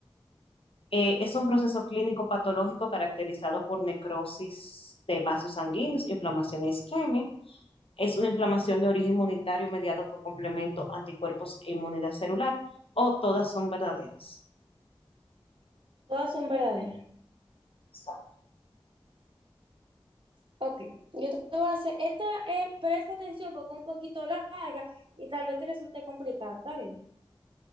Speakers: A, on the left; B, on the right.
A: Eh, es un proceso clínico patológico caracterizado por necrosis de vasos sanguíneos, inflamación e isquemia. Es una inflamación de origen inmunitario mediado por complemento, anticuerpos e inmunidad celular, o todas son verdaderas.
B: todas son verdaderas.
A: Exacto.
B: Ok, yo te te voy a hacer, esta, eh, presta atención porque es un poquito larga y tal vez te resulte complicado, ¿está bien?